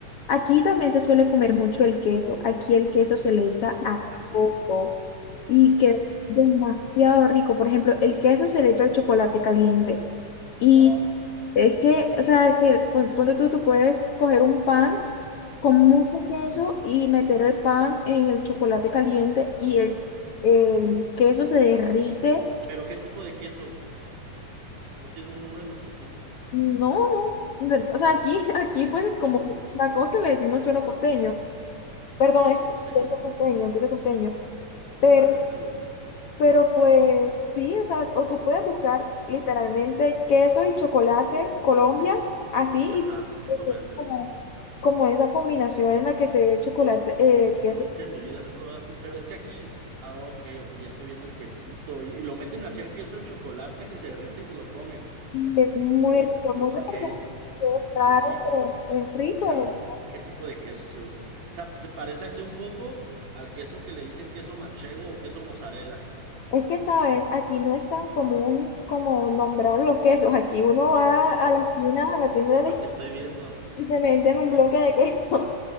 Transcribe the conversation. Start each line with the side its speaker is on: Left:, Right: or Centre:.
Left: aquí también se suele comer mucho el queso. Aquí el queso se le echa a
Right: Ah, sí.
Left: todo y
Right: <laughs>
Left: queda demasiado rico. Por ejemplo, el queso se le echa al chocolate caliente y
Right: Oh,
Left: es que, o sea, se, pon- ponte tú, tú puedes coger un pan con
Right: ujú.
Left: mucho queso y meter el pan en el chocolate caliente y el,
Right: Ay.
Left: el queso se derrite
Right: ¿Pero qué tipo de queso? ¿No tiene un nombre en específico?
Left: No, no. de- O sea, aquí, <laughs> aquí pues como
Right: <laughs>
Left: la costa le decimos suelo costeño. Perdón,
Right: ¿Queso
Left: es
Right: costeño?
Left: queso costeño, queso costeño. Pero,
Right: A ver, déjalo busco.
Left: pero pues sí, o sea, o tú puedes buscar literalmente queso y chocolate Colombia, así,
Right: Ajá,
Left: y te-
Right: eso voy
Left: te
Right: a hacer.
Left: como, como esa combinación en la que se ve el chocolate, eh, el queso,
Right: Nunca en mi vida lo he probado así. Pero es que aquí. Ah, ok, ok, ya estoy viendo el quesito. Y, y lo meten hacia el queso, el chocolate que se derrite y se lo comen.
Left: que es muy
Right: O-
Left: rico.
Right: ok,
Left: Muchas personas, es raro,
Right: qué rico.
Left: pero es rico.
Right: Déjame ver qué tipo de queso se usa. Eh, sa- se parece aquí un poco al queso que le dicen queso manchego o queso mozzarella.
Left: Es que, sabes, aquí no es tan común como nombrar los quesos. Aquí uno va
Right: Ajá.
Left: a la esquina, a la tienda
Right: Es
Left: de la
Right: lo
Left: esquina
Right: que estoy viendo.
Left: y te meten un bloque de queso.